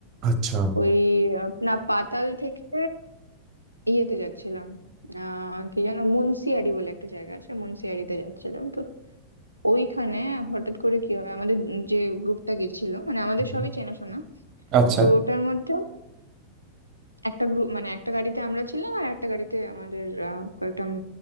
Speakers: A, on the right (about 35°); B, on the right (about 80°).
A: আচ্ছা
B: ওই আহ, না পাতাল থেকে ইয়েতে যাচ্ছিলাম আহ কি যেন মুন্সিয়ারি বলে একটা জায়গা আছে মুন্সিয়ারিতে যাচ্ছিলাম তো ওইখানে হঠাৎ করে কি হয় আমাদের যে গ্রুপটা গেছিল মানে আমাদের
A: হুম,
B: সবই চেনাশোনা
A: আচ্ছা
B: তো ওটার মধ্যে একটা গ্রুপ মানে একটা গাড়িতে আমরা ছিলাম আর একটা গাড়িতে আমাদের আহ, কয়েকটা উম